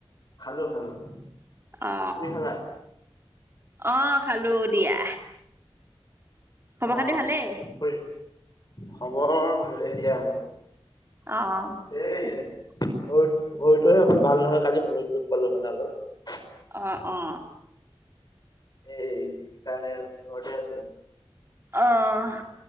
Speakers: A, on the left; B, on the right.
A: খালো খালো তুমি
B: অ
A: খালা?
B: অ খালো দিয়া। খব-খাতি
A: অ
B: ভালেই?
A: ফুৰি খবৰ, ভালেই দিয়া।
B: অ, অ, ঠিক
A: এই
B: আছে।
A: ভৰি ভৰিটোহে অকণ ভাল নহয়, কালি ভৰিত দুখ পালো মানে অলপ।
B: অ, অ।
A: এই, সেইকাৰণে আৰু ঘৰতে আছ
B: অহ,